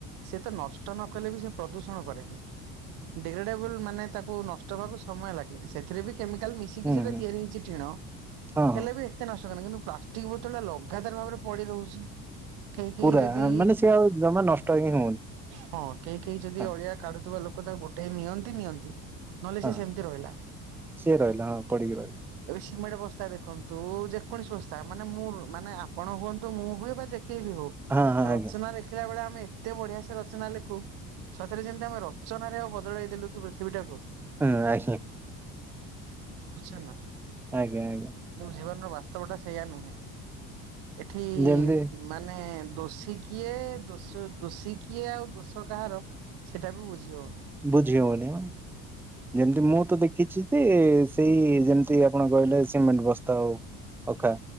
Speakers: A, on the right; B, in the centre.
A: ସେ ତ ନଷ୍ଟ ନ କଲେ ବି ସେ ପ୍ରଦୂଷଣ କରେନି ଡେଲଡେବୁଲୁ ମାନେ ତାକୁ ନଷ୍ଟ ହେବାକୁ ସମୟ ଲାଗ ସେଥିରେ ବି କେମିକାଲ ମି କି
B: ହୁଁ
A: ସେଟା
B: ହୁଁ
A: ତିଆରି ହେଇଚି ଟିଣ
B: ହଁ ହଁ
A: ହେଲେ ବି ହେତେ ନଷ୍ଟ ନାହିଁ କିନ୍ତୁ ପ୍ଲାଷ୍ଟିକ ବୋତଲ ଟା ଲଗାତାର ଭାବରେ ପଡି ରହୁଚି କେହି କେହି
B: ପୁରା
A: ଯଦି
B: ମାନେ ସିଏ ଆଉ ଜମା ନଷ୍ଟ ହିଁ ହଉନି
A: ହଁ କେହି କେହି ଯଦି
B: ହଁ
A: ଅଳିଆ କାଢୁଥିବା ଲୋକ ତାକୁ ଗୋଟେ ଇ ନିଅନ୍ତି ନିଅନ୍ତି ନହେଲେ
B: ହଁ
A: ସେ ସେମିତି ରହିଲା।
B: ସିଏ ରହିଲା ହଁ ପଡିକି ରହିଲା
A: ଏବେ ସିମେଣ୍ଟ ବସ୍ତା ଦେଖନ୍ତୁ। ଯେକୌଣସି ବସ୍ତା ମାନେ ମୁଁ ମାନେ ଆପଣ ହୁଅନ୍ତୁ। ମୁଁ ହୁଏ ବା ଯେକେହି ବି ହଉ।
B: ହଁ ହଁ
A: ରଚନା
B: ଆଜ୍ଞା
A: ଲେଖିଲା ବେଳେ ଆମେ ଏତେ ବଢିଆ ସେ ରଚନା ଲେଖୁ। ସତରେ ଯେମିତି ଆମେ ସୂଚନାରେ ଆଉ ବଦଳାଇ ଦେଲୁ, କି ପୃଥିବୀଟାକୁ।
B: ହୁଁ ଆଜ୍ଞ <unintelligible>
A: ବୁଝଛ ନା <unintelligible>
B: ଆଜ୍ଞା, ଆଜ୍ଞା।
A: ବୁଝିପାରୁନୁ ବାସ୍ତବ ଟା ସେଇୟା ନୁହେଁ ଏଠି
B: ଯେମିତି
A: ମାନେ ଦୋଷୀ କିଏ ଦୋଷ ଦୋଷୀ କିଏ ଆଉ ଦୋଷ କାହାର ସେଟା ବି ବୁଝି ହଉନି।
B: ବୁଝି ହଉନି ଯେମିତି ମୁଁ ତ ଦେଖିଛି ସେ ସେଇ ଯେମିତି ଆପଣ କହିଲେ ସିମେଣ୍ଟ ବସ୍ତା ହଉ ଅଖା